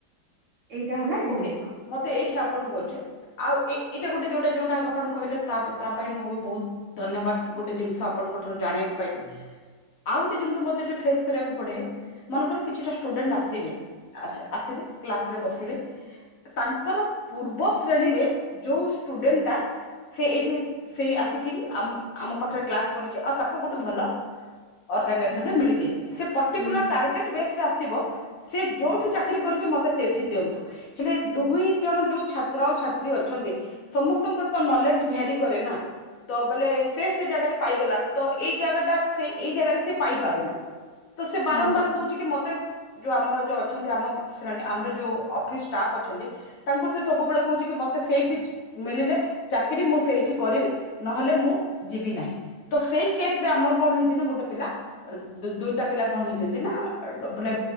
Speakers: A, on the right (about 65°); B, on the left (about 65°).
A: ଏଇଟା ହେଲା ଜିନ୍
B: ଓକେ
A: ଷ।
B: ମତେ ଏଇଠି ଆପଣ କୁଛେ ଆଉ ଏଇଟା ଗୋଟେ ଯୋଉଟା ଯୋଉଟା ଆପଣ କହିଲେ ତା ତା ପାଇଁ ମୁଁ ବି ବୋହୁତ୍ ଧନ୍ୟବାଦ୍ ଗୋଟେ ଜିନ୍ଷ ଆପଣଙ୍କ ଠାରୁ ଜାଣିବାକୁ ପାଇଲି। ଆଉ ଗୋଟେ ଜିନ୍ଷ ମତେ ଏ ଫେସ୍ କରିବାକୁ ପଡେ, ମନଙ୍କର କିଛିଟା ଷ୍ଟୁଡେଣ୍ଟ୍ ଆସିବେ। ଆଁ ଆସିବେ କ୍ଲାସ୍ ରେ ବସିବେ। ତାଙ୍କର ପୂର୍ବ ଶ୍ରେଣୀରେ ଯୋଉ ଷ୍ଟୁଡେଣ୍ଟ୍ ଟା ସେ ଏଇଠି ସେଇ ଆସିକିରି ଆମ ଆମ ପାଖରେ କ୍ଲାସ କରିଚି ଆଉ ତାକୁ ଗୋଟେ ଭଲ ଅର୍ଗାନେସରେ
A: ହୁଁ
B: ମିଳିଯାଇଚି ସେ ପର୍ଟିକୁଲା
A: ହୁଁ
B: ଟାର୍ ସେଟ୍ ବେସରେ ଆସିବ ସେ ଯୋଉଠି ଚାକିରି କରିଚି ମତେ ସେଇଠି ଦିଅନ୍ତୁ। ହେଲେ ଦୁହି ଜଣ ଯୋଉ ଛାତ୍ର ଆଉ ଛାତ୍ରୀ ଅଛନ୍ତି ସମସ୍ତଙ୍କର ତ ନଲେଜ ଭ୍ୟାରି କରେନା। ତ ବୋଲେ ସେ ସେ ଜାଗାରେ ପାଇଗଲା ତ ଏଇ ଜାଗାଟା ସେଇ ଏଇ ଜାଗାରେ ସେ ପାଇପାରୁନାଇଁ। ତ ସେ ବାରମ୍ବାର
A: ହୁଁ
B: କୋହୁଚି କି ମତେ ଯୋଉ ଆମର ଯୋଉ ଅଛନ୍ତି ଆମ ବି ଶ୍ରେଣି ଆମର ଯୋଉ ଅ ଫିସ୍ ଷ୍ଟାପ୍ ଅଛନ୍ତି ତାଙ୍କୁ ସେ ସବୁବେଳେ କୋହୁଚି କି ମତେ ସେଇଠି ଜ ମିଳିଲେ ଚାକିରି ମୁଁ ସେଇଠି କରିବି ନହେଲେ ମୁଁ ଯିବିନାହିଁ। ତ ସେଇ କେସରେ ଆମର କଣ ହେଇଚି ନା ଗୋଟେ ପିଲା ଅ ଦୁ-ଦୁଇଟା ପିଲା କଣ ହେଇଚନ୍ତି ନା ଅ ଡ ବୋଲେ